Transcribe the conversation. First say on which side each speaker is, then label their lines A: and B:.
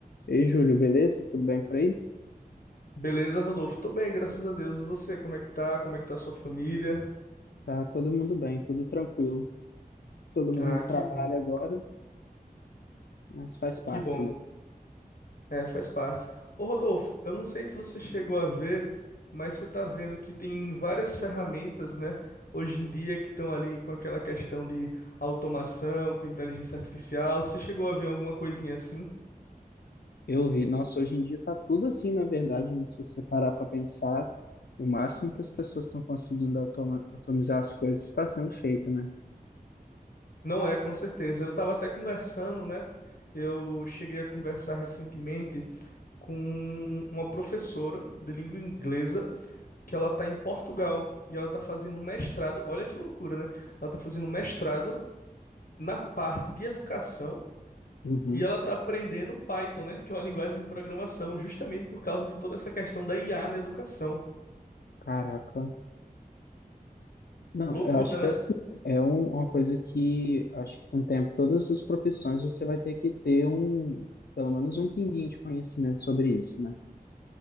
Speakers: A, on the left (about 80°); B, on the left (about 65°).
A: Ei, Júlio, beleza? Tudo bem por aí?
B: Beleza, Rodolfo? Tô bem, graças a Deus. E você, como é que tá? Como é que tá sua família?
A: Tá todo mundo bem, tudo tranquilo. Todo mundo
B: Ah,
A: trabalha
B: que bom,
A: agora, mas faz parte,
B: que bom.
A: né?
B: É, faz parte. Ô, Rodolfo, eu não sei se você chegou a ver, mas você tá vendo que tem várias ferramentas, né, hoje em dia que estão ali com aquela questão de automação, com inteligência artificial. Você chegou a ver alguma coisinha assim?
A: Eu vi, nossa, hoje em dia tá tudo assim, na verdade, né? Se você parar para pensar, o máximo que as pessoas estão conseguindo automa- automizar as coisas está sendo feito, né?
B: Não é, com certeza. Eu tava até conversando, né? Eu cheguei a conversar recentemente com uma professora de língua inglesa que ela tá em Portugal e ela tá fazendo um mestrado. Olha que loucura, né? Ela tá fazendo um mestrado na parte de educação
A: Uhum.
B: e ela tá aprendendo Python, né? Que é uma linguagem de programação, justamente por causa de toda essa questão da IA na educação.
A: Caraca. Não,
B: Loucura,
A: eu acho que
B: né?
A: é assim. É um- uma coisa que acho que com o tempo, todas as profissões você vai ter que ter um, pelo menos um pinguinho de conhecimento sobre isso, né?